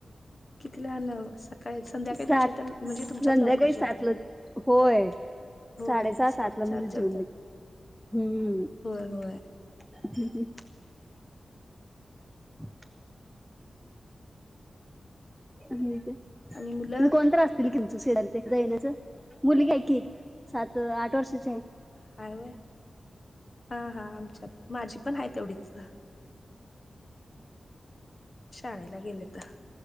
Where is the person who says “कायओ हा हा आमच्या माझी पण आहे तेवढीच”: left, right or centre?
Left